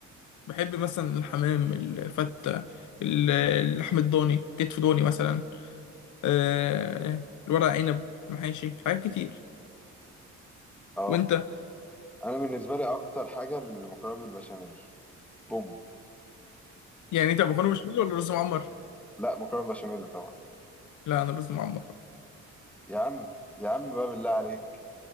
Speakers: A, on the left; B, in the centre.
A: بحب مثلا الحمام الفتة ال- اللحم الضاني كتف ضاني مثلا آه الورق عنب المحاشي حاجات كتير
B: اه
A: وأنت
B: انا بالنسبه لي اكتر حاجه المكرونه بالبشاميل بوم
A: يعني أنت مكرونة بشاميل ولا رز معمر؟
B: لا مكرونه بشاميل طبعا
A: لا أنا رز معمر
B: يا عم يا عم بقى بالله عليك